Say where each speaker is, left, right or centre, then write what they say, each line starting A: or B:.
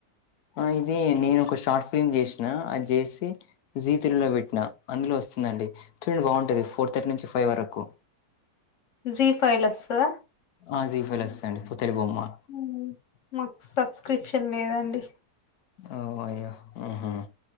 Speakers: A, on the left; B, on the left.
A: ఆ ఇది నేను ఒక షార్ట్ ఫిలిమ్ జేసినా అది చేసి జీ తెలుగులో పెట్టిన అందులో వస్తుందండి చూడండి బాగుంటంది ఫోర్ థర్టీ నుంచి ఫైవ్ వరకు
B: జీ ఫైల్ అస్తద
A: ఆ జీఫలు వస్తాండి పుత్తడి బొమ్మ
B: ఉమ్ మాకు సబ్స్క్రిప్షన్ లేదండి
A: ఓ అయ్యో ఉహు